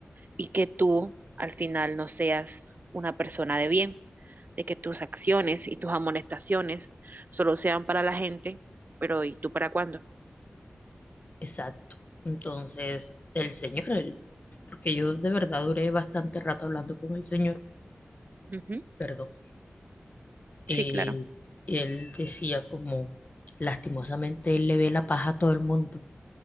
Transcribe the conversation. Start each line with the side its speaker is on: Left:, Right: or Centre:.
Right: y que tú al final no seas una persona de bien, de que tus acciones y tus amonestaciones solo sean para la gente, pero ¿y tú para cuándo?
Left: Exacto. Entonces, el Señor, el- porque yo de verdad duré bastante rato hablando con el Señor,
Right: Uh -huh.
Left: perdón,
Right: Sí,
Left: eh,
Right: claro,
Left: él decía como, lastimosamente él le ve la paja a todo el mundo